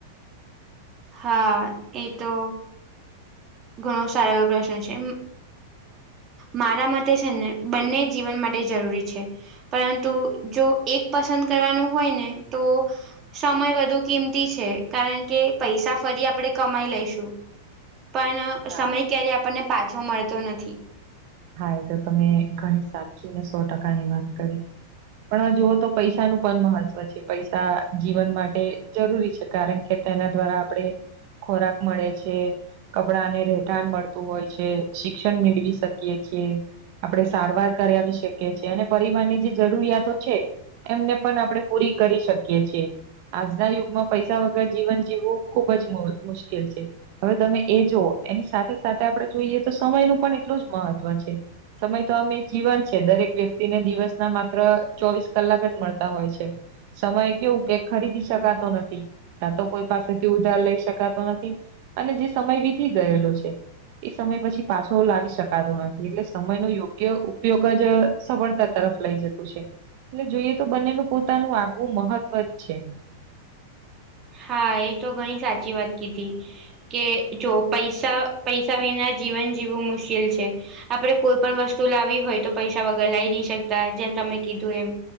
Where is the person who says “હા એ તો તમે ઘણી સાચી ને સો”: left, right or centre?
Right